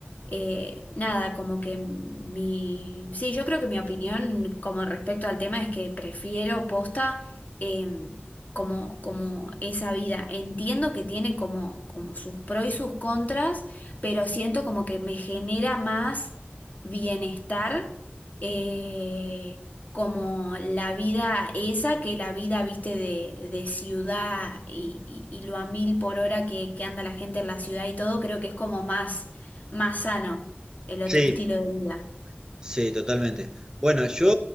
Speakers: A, on the left; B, on the right.
A: eh, nada, como que mi... Sí, yo creo que mi opinión como respecto al tema es que prefiero posta eh, como, como esa vida. Entiendo que tiene como, como sus pros y sus contras, pero siento como que me genera más bienestar. eh, como la vida esa, que la vida, viste, de, de ciudad y, y- y lo a mil por hora que, que anda la gente en la ciudad y todo, creo que es como más, más sano el otro
B: Sí,
A: estilo de vida.
B: sí, totalmente. Bueno, yo